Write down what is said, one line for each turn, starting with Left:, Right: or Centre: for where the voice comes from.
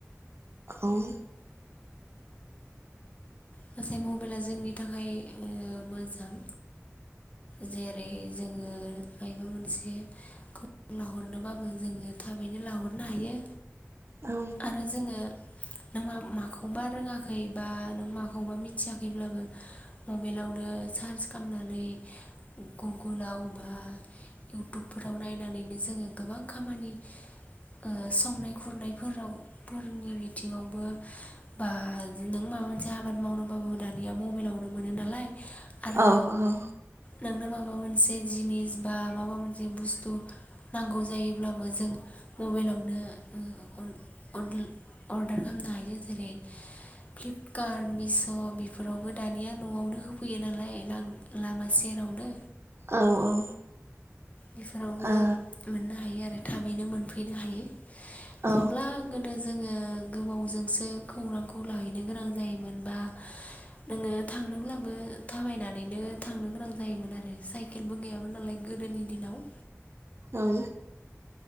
Right: औ।
Left: गासै मबाइला जोंनि थाखाय ओ मोजां जेरै जोङो मायबा मोनसे खौरां लाहरनोबाबो जोङो थाबैनो लाहरनो हायो।
Right: औ
Left: आरो जोङो नों मा-माखौबा रोङाखै बा नों मा मिथियाखैब्लाबो मबाइलावनो सार्च खालामनानै गुगोलाव बा इउटुबफोराव नायनानैनो जोङो गोबां खामानि ओ संनाय खुरनायफोराव फोरनि बिथिङावबो बा नों माबा मोनसे आबाद मावनोबाबो दानिया मबाइलावनो मोनो नालाय आरो
Right: औ औ
Left: नोंनो माबा मोनसे जिनिस बा माबा मोनसे बुस्थु नांगौ जायोब्लाबो जों मबाइलावनो ओ अन अन अर्डार खालामनो हायो जेरै फ्लिपकार्ट मिस' बेफोरावबो दानिया न'आवनो होफैयो नालाय लामा सेरावनो
Right: औ औ।
Left: बेफोरावनो
Right: ओ
Left: मोननो हायो आरो थाबैनो मोनफैनो हायो नङाब्ला
Right: औ
Left: गोदो जोङो गोबावजोंसो खौरांखौ लाहैनो गोनां जायोमोनबा नोङो थांनोब्लाबो थाबायनानैनो थांनो गोनां जायोमोन आरो साइकेलबो गैयामोन नालाय गोदोनि दिनाव
Right: औ